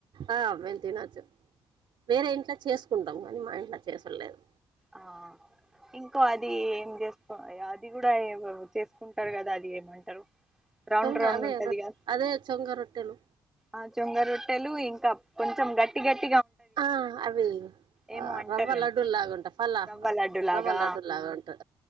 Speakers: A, on the right; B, in the centre.
A: ఆ తినచ్చు వేరే ఇంట్లో చేసుకుంటాం కానీ మా ఇంట్లో చేసుడు లేదు
B: ఆ ఇంకో అది ఏం చేసుకో అది కూడా ఎదో చేసుకుంటారు కదా అది ఏమంటారు రౌండ్
A: చొంగ
B: రౌండ్
A: అవే
B: ఉంటది
A: రొట్టె
B: కదా
A: అదే చొంగ రొట్టెలు
B: ఆ జొంగ రొట్టెలు ఇంకా కొంచెం గట్టి గట్టి
A: ఆ అవి
B: ఏమో అంటారండి
A: రవ్వ లడ్డూల్ లాగాంట పళ్ల
B: రవ్వ లడ్డు లాగా
A: రవ్వ లడ్డు లాగా ఉంటది